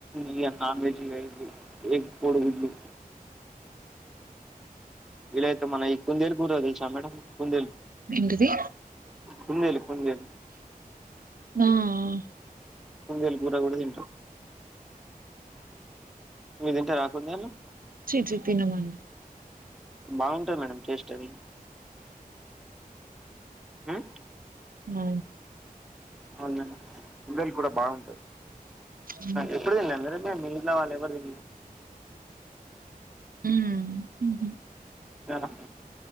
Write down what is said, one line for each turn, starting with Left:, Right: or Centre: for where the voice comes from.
Centre: ఇయా నాన్ వెెజీ వయింది ఎగపోడు గుడ్లు వీలైతే మన ఈ కుందేలు కూర తెలుసా మేడం కుందేలు
Right: ఎంటిది
Centre: కుందేలు కుందేలు
Right: ఆ ఆ
Centre: కుందేలు కూర కూడా తింట మీదింటరా కుందేలు
Right: చి చి తినమండి
Centre: బాగుంటాయి మేడం టెస్ట్ అది ఉమ్,
Right: ఆ
Centre: అవునండి కుందేలు కూడా బాగుంటాది
Right: హ్మ్.
Centre: ఎప్పుడైన్ ఎప్పుడు తినలేద మీరు మీ ఇంట్లా వాళ్లెవరూ
Right: హ్మ్. హుహు.
Centre: <inaudible>